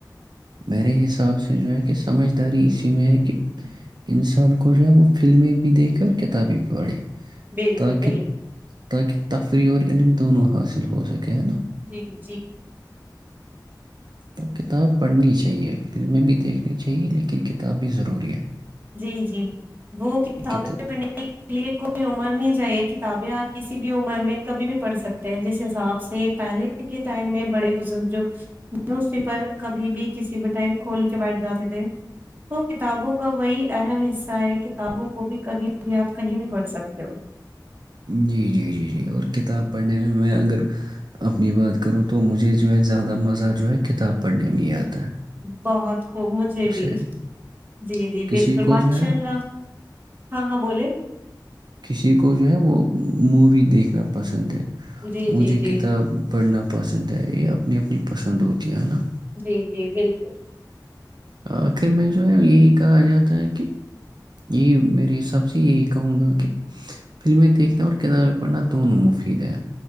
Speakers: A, on the right (about 70°); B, on the right (about 25°).
A: میرے حساب سے جو ہے کہ سمجھداری اسی میں ہے کہ انسان کو جو ہے وہ فلمیں بھی دیکھے اور کتابیں بھی پڑھے
B: بالکل
A: تاکہ
B: بالکل
A: تاکہ تفریح اور علم دونوں حاصل ہو سکے نا
B: جی جی
A: تو کتاب پڑھنی چاہیے فلمیں بھی دیکھنی چاہیے لیکن کتاب بھی ضروری ہے
B: جی جی وہ کتابیں
A: کتا
B: پڑھنے کے لیے کوئی عمر نہیں چاہیے کتابیں آپ کسی بھی عمر میں کبھی بھی پڑھ سکتے ہیں جس حساب سے پہے کے ٹائم میں بڑے بزرگ جو نیوز پیپر کبھی بھی کسی بھی ٹائم کھول کے بیٹھ جاتے تھے تو کتابوں کا وہی اہم حصہ ہے کتابوں کو بھی کبھی کبھی آپ کہیں بھی پڑھ سکتے ہو
A: جی جی جی جی اور کتاب پڑھنے میں میں اگر اپنی بات کروں تو مجھے جو ہے زیادہ مزہ جو ہے کتاب پڑھنے میں یادتا
B: بہت خوب مجھے بھی
A: ہے۔
B: جی جی
A: کسی
B: بالکل
A: کو
B: ماشاء
A: جو ہے
B: اللہ ہاں ہاں بولے
A: کسی کو جو ہے وہ مووی دیکھنا پسند ہے
B: جی
A: مجھے
B: جی جی
A: کتاب پڑھنا پسند ہے یہب اپنی اپنی پسند ہوتی ہے نا
B: جی جی بالکل
A: آخر میں جو ہے یہی کہا جاتا ہے کہ یہی میرے حساب سے یہی کہوں گا کہ فلمیں دیکھنا اور کتابیں پڑھنا دونوں مفید ہیں